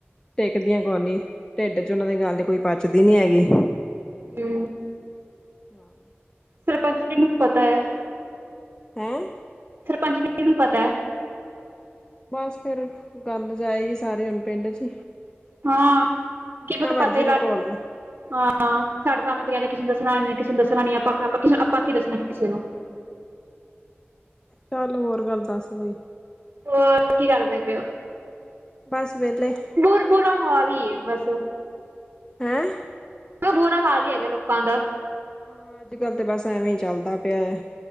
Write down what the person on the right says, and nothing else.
ਹੂ
ਸਰਪੰਚ ਨੇ ਨੂੰ ਪਤਾ ਹੈ।
ਸਰਪੰਚ ਨੇ, ਕਿਨੂੰ ਪਤਾ ਐ।
ਹਾਂ, ਕਿ
ਪਤਾ,
ਪਤਾ ਹੀ
ਲੱਗ
ਹਾਂ ਸਾਡੇ ਸਾਹਮਣੇ ਤੇ ਕਹਿੰਦੇ ਕਿਸੇ ਨੂੰ ਦੱਸਣਾ ਨ, ਕਿਸੇ ਨੂੰ ਦੱਸਣਾ ਨ, ਆਪਾਂ ਆਪ ਕਿਸ ਆਪਾਂ ਕੀ ਦੱਸਣਾ ਕਿਸੇ ਨੂੰ।
ਹੋਰ, ਕੀ ਕਰਦੇ ਪਏ ਉਹ।
ਬੁਰ ਬੁਰਾ ਹਾਲ ਹੀ ਹੈ ਬਸ।
ਬੁਰਾ ਹਾਲ ਹੀ ਹੈਗਾ, ਲੋਕਾਂ ਦਾ।